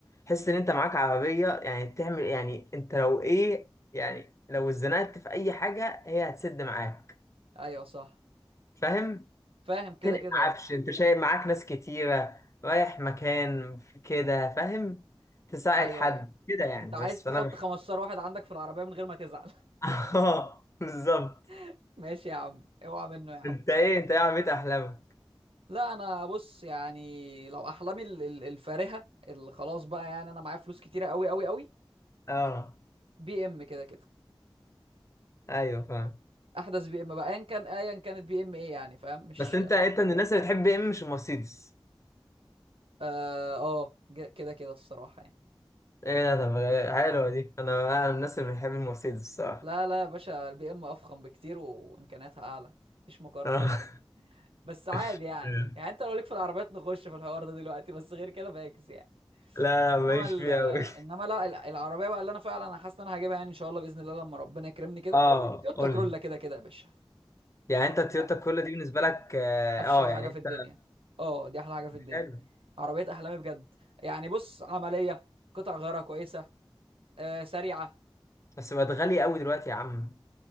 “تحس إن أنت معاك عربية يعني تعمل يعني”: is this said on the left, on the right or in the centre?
Left